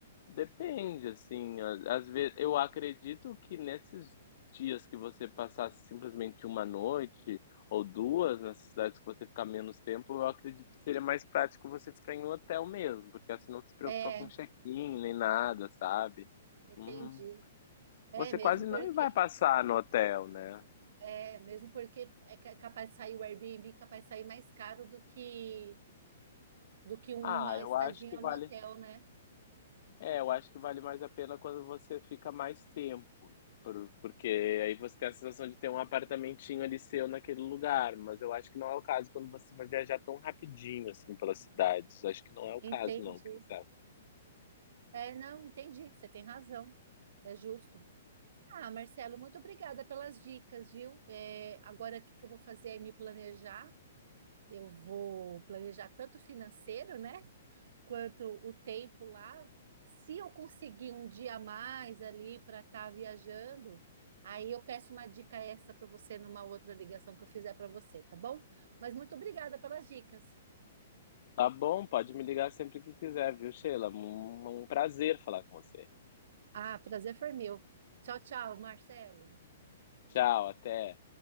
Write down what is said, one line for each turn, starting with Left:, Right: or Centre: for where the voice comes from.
Left: Depende, assim, a- às vezes eu acredito que nesses dias que você passasse simplesmente uma noite ou duas nessas cidades que você ficar menos tempo, eu acredito que seria mais prático você ficar em um hotel mesmo, porque assim não se preocupa
Right: É,
Left: com check-in nem nada, sabe?
Right: entendi.
Left: Hum,
Right: É,
Left: você
Right: mesmo
Left: quase não
Right: porque
Left: vai passar no hotel, né?
Right: é, mesmo porque é ca- capaz de sair o Airbnb, capaz de sair mais caro do que do que uma
Left: Ah, eu
Right: estadinha
Left: acho que vale
Right: no hotel, né?
Left: É, eu acho que vale mais a pena quando você fica mais tempo, por porque aí você tem a sensação de ter um apartamentinho ali seu naquele lugar, mas eu acho que não é o caso quando você vai viajar tão rapidinho assim pelas cidades. Acho que não é o
Right: Entendi.
Left: caso não, o que você acha?
Right: É, não, entendi. Você tem razão. É justo. Ah, Marcelo, muito obrigada pelas dicas, viu? É, agora o que que eu vou fazer é me planejar. Eu vou planejar tanto financeiro, né? quanto o tempo lá, se eu conseguir um dia a mais ali para estar viajando, aí eu peço uma dica extra para você numa outra ligação que eu fizer para você, tá bom? Mas muito obrigada pelas dicas.
Left: Tá bom, pode me ligar sempre que quiser, viu, Sheila? Um, um prazer falar com você.
Right: Ah, prazer foi meu. Tchau, tchau, Marcelo.
Left: Tchau, até.